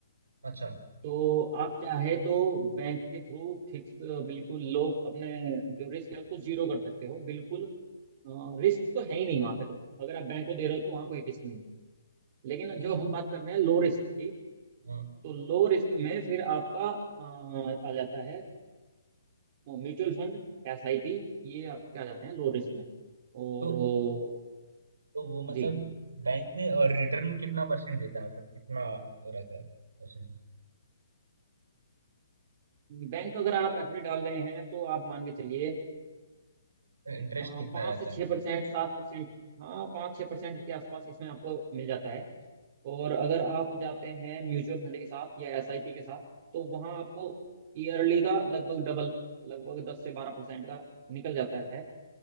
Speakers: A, on the right; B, on the right.
A: अच्छा
B: तो आप चाहे तो बैंक के थ्रू फिक्स बिल्कुल लो अपने जो रिस्क है उसको जीरो कर सकते हो बिल्कुल रिस्क तो है ही नहीं वहां पे तो अगर आप बैंक को दे रहे हो तो वहां कोई रिस्क नहीं है लेकिन
A: लेकिन
B: जो हम बात कर रहे हैं लो रिस्क की
A: हाँ,
B: तो लो रिस्क में फिर आपका अ, आ जाता है म्यूचुअल फंड एसआईपी ये आपके आ जाते हैं लो रिस्क में और
A: तो
B: अ,
A: तो वो मतलब
B: जी
A: बैंक में और रिटर्न कितना परसेंट देता है मतलब कितना वो रहता है परसेंट
B: बैंक अगर आप एफडी डाल रहे हैं तो आप मान के चलिए
A: इंटरेस्ट
B: पाँच
A: कितना रहता
B: से छः
A: है
B: परसेंट सात परसेंट हाँ पाँच छः परसेंट के आसपास इसमें आपको मिल जाता है और अगर आप जाते हैं म्यूचुअल फंड के साथ या एसआईपी के साथ तो वहाँ आपको ईयरली का लगभग डबल लगभग दस से बारह परसेंट का निकल जाता है